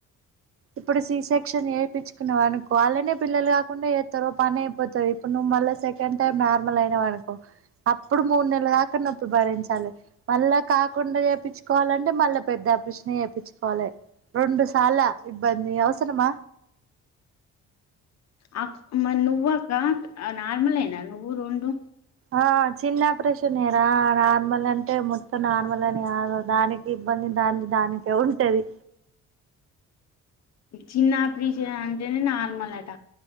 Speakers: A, on the right; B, on the left.
A: ఇప్పుడు సి సెక్షన్ చేయించుకునేవ అనుకో అలానే పిల్లలు కాకుండా చేస్తారు పని అయిపోతది ఇపు ను మల సెక్ సెకన్ టైం నార్మల్ అయిన మనకో అప్ ఇప్పుడు మూడు నెల దాకా నొప్ప భరించ్ చాలే మళ్ళా కాకుండా చేపిచ్ కోవాలంటే మళ్ళా పెద్ద అపరిషన్ చేపిచుకోవాలె రెండు సార్ల ఇబ్బంది అవసరమా
B: ఆ మరీ నువ్వు అక్క ఆ నార్మల్ ఏ నా నువ్వు రొండు
A: ఆ చిన్న ఆపరేషన్రా నార్మల్ అంటే మొత్తం నార్మల్ అని కాదు దానికి ఇబ్బంది దాన్ని దానికి ఉంటది
B: చిన్న ప్ర్రిజ అంటేనే నార్మల్ట